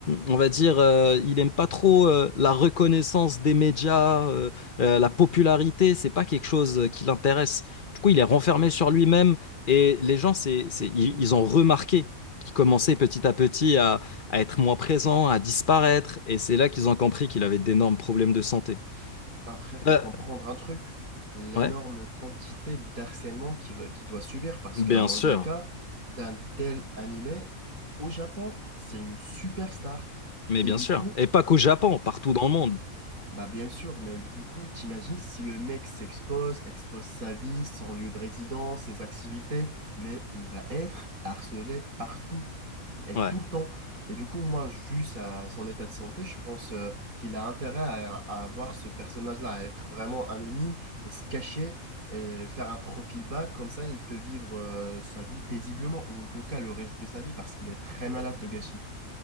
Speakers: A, on the left; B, on the right.
A: on va dire, euh, il aime pas trop euh, la reconnaissance des médias, euh, euh, la popularité, c'est pas quelque chose euh, qui l'intéresse. Du coup, il est renfermé sur lui-même, et les gens, c'est, c'est- ils ils ont remarqué qui commençaient petit à petit à, à être moins présents, à disparaître. Et c'est là qu'ils ont compris qu'il avait d'énormes problèmes de santé.
B: Après, il faut
A: Euh,
B: comprendre un truc, l'énorme
A: ouais,
B: quantité d'harcèlement qu'il va- qu'il doit subir, parce
A: bien
B: qu'un mangaka
A: sûr.
B: d'un tel animé, au Japon, c'est une superstar.
A: Mais
B: Et
A: bien
B: du
A: sûr.
B: coup,
A: Et pas qu'au Japon, partout dans le monde.
B: Bah bien sûr, mais du coup, t'imagines si le mec s'expose, expose sa vie, son lieu de résidence, ses activités, mais il va être harcelé partout et
A: Ouais,
B: tout le temps. Et du coup, moi, vu sa, son état de santé, je pense euh, qu'il a intérêt à, à avoir ce personnage-là, à être vraiment anonyme et se cacher et faire un profil bas. Comme ça, il peut vivre euh, sa vie paisiblement, ou en tout cas le reste de sa vie, parce qu'il est très malade de gâchis